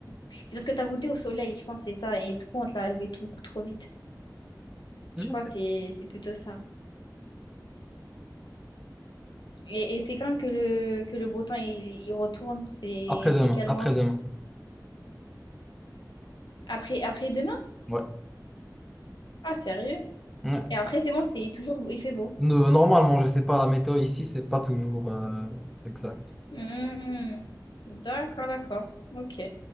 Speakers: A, on the left; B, in the centre.
A: C'est parce que t'as goûté au soleil, je pense, que c'est ça. Et du coup, on te l'a levé tout, beaucoup trop vite.
B: ouais,
A: Je crois
B: c'est-
A: que c'est c'est plutôt ça. Et, et c'est quand que le, que le beau temps, il, il retourne? C'est
B: après-demain,
A: c'est quel
B: après-demain.
A: mois? Après, après demain?
B: Ouais.
A: Ah, sérieux?
B: Ouais.
A: Et après, c'est bon, c'est toujours... beau- Il fait beau.
B: Ne- Normalement, je sais pas, la météo ici, c'est pas toujours euh, exact.
A: Mhm. D'accord, d'accord. Ok.